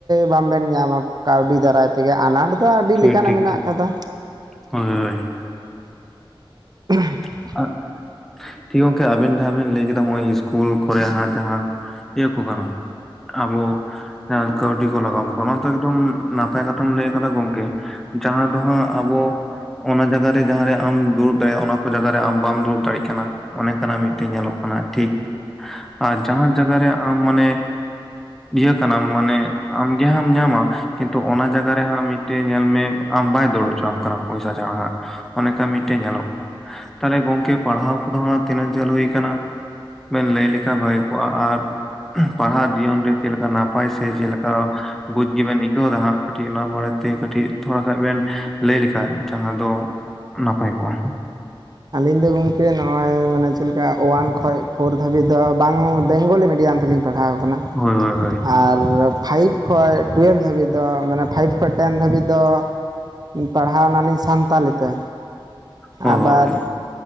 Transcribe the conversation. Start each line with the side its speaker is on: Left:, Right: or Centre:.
Right: ᱵᱟᱢᱵᱱ ᱧᱟᱢᱟ ᱠᱟᱹᱣᱰᱤ ᱫᱟᱨᱟᱭ ᱛᱮᱜᱮ ᱟᱱᱟᱴ ᱫᱚ ᱟᱹᱰᱤ
Centre: ᱦᱳᱭ
Right: ᱞᱮᱠᱟᱱᱟᱜ
Centre: ᱴᱷᱤᱠ
Right: ᱢᱮᱱᱟᱜ
Centre: ᱴᱷᱤᱠ
Right: ᱟᱠᱟᱫᱟ
Centre: ᱦᱳᱭ <unintelligible>
Right: ᱦ <unintelligible>
Centre: <unintelligible> ᱴᱷᱤᱠ ᱜᱚᱝᱠᱮ ᱟᱵᱤᱱ ᱡᱟᱦᱟ ᱵᱤᱱ ᱞᱟᱹᱭ ᱠᱮᱫᱟ ᱱᱚᱜᱚᱭ ᱤᱥᱠᱩᱞ ᱠᱚᱨᱮ ᱦᱟᱸᱜ ᱡᱟᱦᱟᱸ ᱤᱭᱟᱹ ᱠᱚ ᱠᱟᱱᱟ ᱟᱵᱚ <unintelligible> ᱠᱟᱹᱣᱰᱤ ᱠᱚ ᱞᱟᱜᱟᱣᱟᱢ ᱠᱟᱱᱟ ᱚᱱᱟ ᱫᱚ ᱮᱠᱫᱚᱢ ᱱᱟᱯᱟᱭ ᱠᱟᱛᱷᱟᱢ ᱞᱟᱹᱭ ᱟᱠᱟᱫᱟ ᱜᱚᱝᱠᱮ ᱾ ᱡᱟᱦᱟᱸ ᱫᱚᱦᱟᱸᱜ ᱟᱵᱚ ᱚᱱᱟ ᱡᱟᱭᱜᱟᱨᱮ ᱡᱟᱦᱟᱸᱨᱮ ᱟᱢ ᱫᱩᱲᱩᱵ ᱫᱟᱲᱮᱭᱟᱜᱼᱟ ᱚᱱᱟ ᱚ ᱠᱚ ᱡᱟᱭᱜᱟ ᱨᱮ ᱟᱢ ᱵᱟᱢ ᱫᱩᱲᱩᱵ ᱫᱟᱲᱮᱭᱟᱜ ᱠᱟᱱᱟ ᱚᱱᱮᱠᱟᱱᱟᱜ ᱢᱤᱫᱴᱮᱡ ᱧᱮᱞᱚᱜ ᱠᱟᱱᱟ ᱴᱷᱤᱠ ᱟᱨ ᱡᱟᱦᱟᱸ ᱡᱟᱭᱜᱟ ᱨᱮ ᱟᱢ ᱢᱟᱱᱮ ᱤᱭᱟᱹ ᱠᱟᱱᱟᱢ ᱢᱟᱱᱮ ᱟᱢᱜᱮ ᱦᱟᱢ ᱧᱟᱢᱟ ᱠᱤᱱᱛᱩ ᱚᱱᱟ ᱡᱟᱭᱜᱟ ᱨᱮ ᱦᱟᱸ ᱢᱤᱫᱴᱮᱱ ᱧᱮᱞ ᱢᱮ ᱟᱢ ᱵᱟᱭ ᱫᱲᱟᱹᱲ ᱦᱚᱪᱣᱟᱢ ᱠᱟᱱᱟ ᱯᱚᱭᱥᱟ ᱪᱷᱟᱲᱟᱜ ᱚᱱᱮᱠᱟ ᱢᱤᱫᱴᱮᱱ ᱧᱮᱞᱚᱜ ᱠᱟᱱᱟ ᱾ ᱛᱟᱦᱚᱞᱮ ᱜᱚᱝᱠᱮ ᱯᱟᱲᱦᱟᱣ ᱩᱱᱠᱩ ᱫᱚ ᱛᱤᱱᱟᱹᱜ ᱡᱷᱟᱹᱞ ᱦᱩᱭᱩᱭᱟ ᱟᱠᱟᱱᱟ ᱵᱮᱱ ᱞᱟᱹᱭ ᱞᱮᱠᱷᱟᱱ ᱵᱷᱟᱹᱜᱤ ᱠᱚᱜᱼᱟ ᱟᱨ ᱯᱟᱲᱦᱟᱜ ᱡᱤᱭᱚᱱ ᱨᱮ ᱪᱮᱫ ᱞᱮᱠᱟ ᱱᱟᱯᱟᱭ ᱥᱮ ᱪᱮᱫᱮᱠᱟ ᱵᱩᱡ ᱜᱮᱵᱮᱱ ᱟᱹᱭᱠᱟᱹᱣ ᱮᱫᱟ ᱦᱟᱸᱜ ᱠᱟᱹᱴᱤᱡ ᱚᱱᱟ ᱵᱟᱨᱮᱛᱮ ᱠᱟᱹᱴᱤᱡ ᱛᱷᱚᱲᱟ ᱠᱷᱟᱱ ᱵᱮᱱ ᱞᱟᱹᱭ ᱞᱮᱠᱷᱟᱱ? ᱡᱟᱦᱟᱸ ᱫᱚ ᱱᱟᱯᱟᱭ ᱠᱚᱜ-ᱟ
Right: ᱟᱹᱞᱤᱧ ᱫᱚ ᱜᱚᱢᱠᱮ ᱱᱚᱜᱼᱚᱭ ᱢᱟᱱᱮ ᱪᱮᱫ ᱟᱞᱤᱧ ᱫᱚ ᱜᱟᱝᱠᱮ ᱪᱮᱫᱞᱮᱠᱟ ᱳᱭᱟᱱ ᱠᱷᱚᱡ ᱯᱷᱳᱨ ᱫᱷᱟᱹᱵᱤᱡ ᱫᱚ ᱵᱟᱝ ᱵᱮᱝᱜᱚᱞᱤ ᱢᱤᱰᱤᱭᱟᱢ ᱛᱞᱤᱧ ᱯᱟᱲᱦᱟᱣ ᱟᱠᱟᱱᱟ
Centre: ᱦᱳᱭ ᱦᱳᱭ ᱦᱳᱭ
Right: ᱟᱨ ᱯᱷᱟᱭᱤᱵᱽ ᱠᱷᱚᱡ ᱴᱩᱭᱮᱞᱵᱽ ᱫᱷᱟᱹᱵᱤᱡ ᱫᱚ ᱢᱟᱱᱮ ᱯᱷᱟᱭᱤᱵᱽ ᱠᱷᱚᱡ ᱴᱮᱱ ᱫᱷᱟᱹᱵᱤᱡ ᱫᱚ ᱯᱟᱲᱦᱟᱣ ᱮᱱᱟᱞᱤᱧ ᱥᱟᱱᱛᱟᱞᱤ ᱛᱮ
Centre: ᱦᱳᱭ
Right: ᱟᱵᱟᱨ